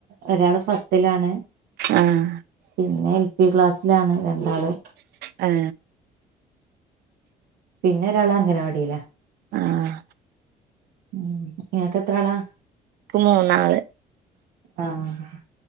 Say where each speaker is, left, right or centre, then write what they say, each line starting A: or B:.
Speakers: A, on the right (about 80°); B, on the right (about 70°).
A: ഒരാള് പത്തിലാണ്
B: ആഹ്
A: പിന്നെ എൽ പി ക്ലാസ്സിലാണ് രണ്ടാള്
B: യെ
A: പിന്നെ ഒരാള് അംഗനവാടിലാ
B: ആഹ്
A: ഉം ഇങ്ങക്ക് എത്രാളാ
B: ഇക്ക് മൂന്നാള്
A: ആഹ്